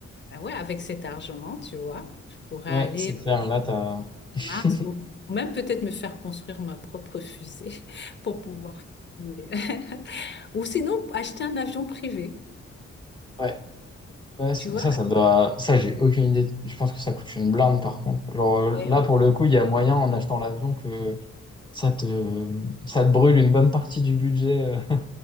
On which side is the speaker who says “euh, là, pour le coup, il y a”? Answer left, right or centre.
Left